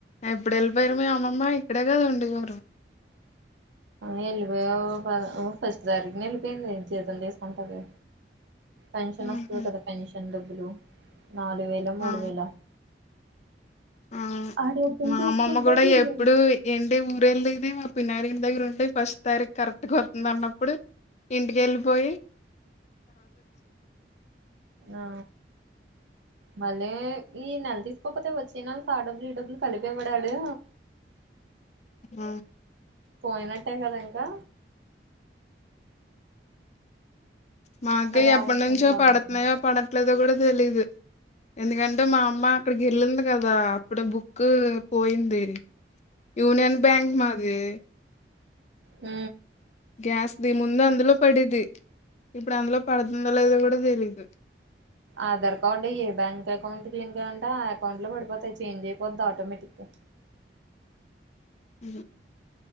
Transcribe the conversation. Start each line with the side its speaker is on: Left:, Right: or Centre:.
Left: ఎప్పుడు వెళ్ళిపోయారు మీ అమ్మమ్మ ఇక్కడే కద ఉండి చరు
Right: వెళ్ళిపోయా ఫస్ట్ తారీఖుని వెళ్ళిపోయింది జీతం తీసుకుంటది పెన్షన్
Left: హుహు.
Right: వస్తుంది కదా పెన్షన్ డబ్బులు నాలుగు వేల
Left: ఆ!
Right: మూడు వేల
Left: ఆ
Right: డబ్బులు
Left: మా
Right: తీసుకుంటాకి
Left: అమ్మమ్మ కూడా
Right: వెళ్ళింది
Left: ఎప్పుడు ఏంటి ఊర వెళ్ళది మా పిన్నారికి దగ్గర ఉంటే ఫస్ట్ తారీఖ కరెక్ట్గా వతుంది అన్నప్పుడు ఇంటికి వెళ్ళిపోయి
Right: ఆ మళ్ళీ ఈ నెల తీసుకోపోతే వచ్చే నలకి ఆ డబ్బులు ఈ డబ్బులు కలిపవడాడు
Left: ఆ
Right: పోయినట్టే కదా ఇంకా
Left: మాకు
Right: రేషన్
Left: ఎప్పటి నుంచో
Right: లాగా
Left: పడుతున్నాయో
Right: అనమాట
Left: పడట్లేదో కూడా తెలీదు ఎందుకంటే మా అమ్మ అక్కడి గెళ్లింది కదా అప్పుడే బుక్ పోయింది యూనియన్ బ్యాంక్ మాది
Right: హ
Left: గ్యాస్ముందు అందులో పడిేది ఇప్పుడు అందులో పడుతుందో లేద కూడా తెలీదు
Right: ఆధార్ కార్డు ఏ బ్యాంక్ అకౌంట్కి లింక్ అయ్య అంటే ఆ అకౌంట్ లో పడిపోతాయి చేంజ్ అయిపోతుద్ది ఆటోమేటిక్ గా
Left: అ